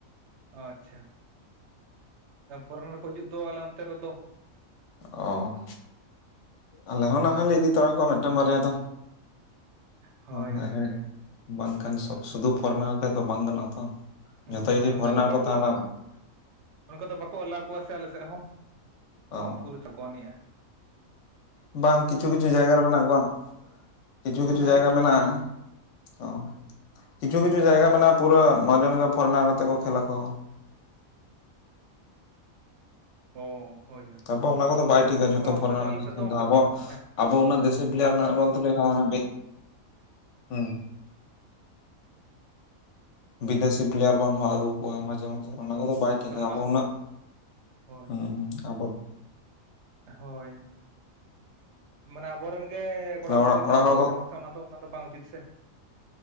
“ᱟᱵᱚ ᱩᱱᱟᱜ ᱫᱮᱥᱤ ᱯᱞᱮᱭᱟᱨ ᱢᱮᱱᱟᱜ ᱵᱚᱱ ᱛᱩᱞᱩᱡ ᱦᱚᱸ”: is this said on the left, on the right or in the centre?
Left